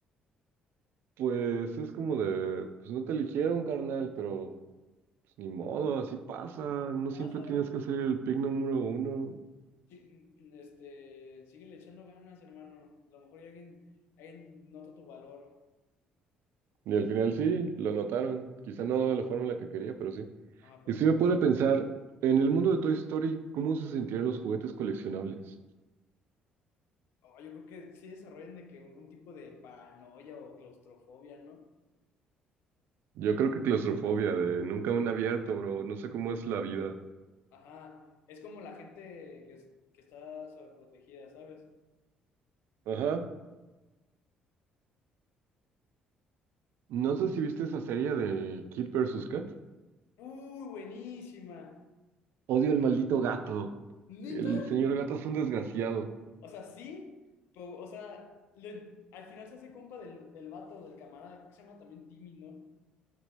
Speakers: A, on the right (about 65°); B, on the left (about 70°).
A: pues es como de... Pues no te eligieron, carnal, pero... pues, ni modo, así pasa. No siempre
B: Pasa,
A: tienes que ser el pick número uno.
B: sí, este, síguele echando ganas, hermano. A lo mejor ya alguien, alguien nota tu valor.
A: Y al final sí, lo notaron. Quizá no de la forma en la que quería, pero sí.
B: Ah, pero
A: Y si me pone a pensar, en el mundo de Toy Story, ¿cómo se sentirían los juguetes coleccionables?
B: oh, yo creo que sí desarrollan de que un tipo de paranoia o claustrofobia, ¿no?
A: Yo creo que claustrofobia, de nunca un abierto, bro. No sé cómo es la vida.
B: Ajá, es como la gente que, es- que está sobreprotegida, ¿sabes?
A: Ajá. No sé si viste esa serie de Kid vs. Kat.
B: ¡Uy, buenísima!
A: Odio al maldito gato.
B: ¿Neta?
A: El señor gato es un desgraciado.
B: O sea, sí, pero, o sea, le- al final se hace compa del, del vato, del camarada, creo que se llama también Timmy, ¿no?